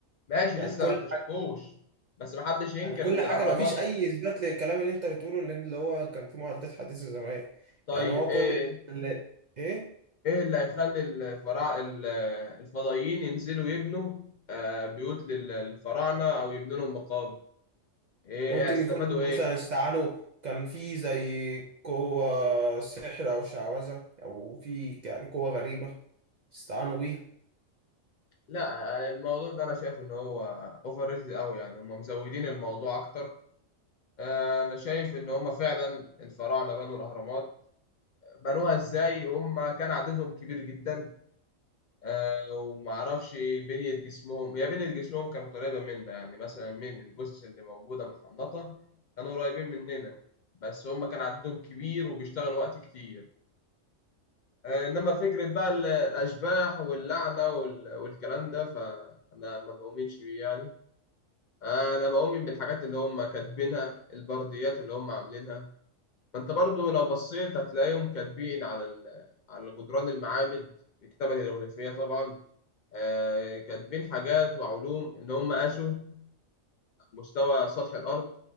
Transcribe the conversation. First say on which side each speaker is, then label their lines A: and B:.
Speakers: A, on the left; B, on the right.
A: ماشي
B: يعني
A: لسه
B: كل
A: ما اكتشفوش
B: حاجة
A: بس ما حدش ينكر
B: يعني كل
A: ان
B: حاجة
A: الاهرامات
B: ما فيش أي إثبات للكلام اللي أنت بتقوله لأن اللي هو كان فيه معدات حديثة زمان
A: طيب
B: يعني هو
A: ايه
B: كل ال- ال- إيه
A: ايه اللي هيخلي الفراع ال- الفضائيين ينزلوا يبنوا آه، بيوت لل- للفراعنه او يبنوا لهم مقابر ايه
B: ممكن
A: إيه، هيستفادوا
B: يكونوا
A: ايه
B: مثلا استعانوا كان فيه زي قوة سحر أو شعوذة أو في يعني قوة غريبة استعانوا بيها
A: لا الموضوع ده انا شايف ان هو اوفر ريتد قوي يعني هم مزودين الموضوع اكتر آه، انا شايف ان هم فعلا الفراعنه بنوا الاهرامات بنوها ازاي هم كان عددهم كبير جدا آه، ومعرفش بنيه جسمهم هي بنيه جسمهم كانت قريبه منا يعني مثلا من الجثث اللي موجوده متحنطه كانوا قريبين مننا بس هم كان عددهم كبير وبيشتغلوا وقت كتير آه، انما فكره بقى ال- الاشباح واللعنه وال- والكلام ده فانا ما بؤمنش بيه يعني آه، انا بؤمن بالحاجات اللي هم كاتبينها البرديات اللي هم عاملينها فانت برضو لو بصيت هتلاقيهم كاتبين على ال- على جدران المعابد الكتابة الهيروغليفية طبعا آه، كاتبين حاجات وعلوم إن هم قاسوا مستوى سطح الأرض